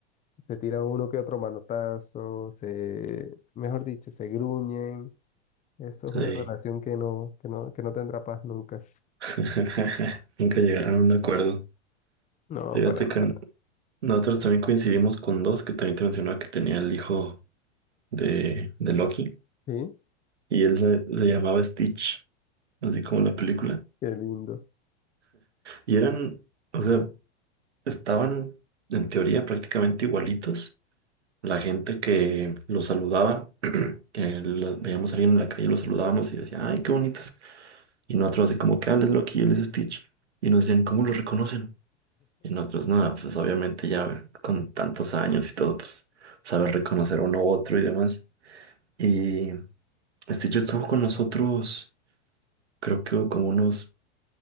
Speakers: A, on the left; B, on the right.
A: Se tira uno que otro manotazo, se, mejor dicho, se gruñen. Eso
B: Sí.
A: es una relación que no, que no, que no tendrá paz nunca.
B: <laughs> Nunca llegaron a un acuerdo.
A: No,
B: Fíjate
A: para nada.
B: que Nosotros también coincidimos con dos, que también te mencionaba que tenía el hijo de, de Loki,
A: Sí,
B: y él se, se llamaba Stitch, así como la película.
A: qué lindo.
B: Y eran, o sea, estaban en teoría prácticamente igualitos. La gente que los saludaba, <clears throat> que los veíamos salir en la calle, los saludábamos y decían, ay, qué bonitos. Y nosotros así como, que "Ah, él es Loki, él es Stitch. Y nos decían, ¿cómo lo reconocen? Y nosotros, nada, pues obviamente ya con tantos años y todo, pues saber reconocer uno u otro y demás. Y Este yo estuvo con nosotros, creo que como unos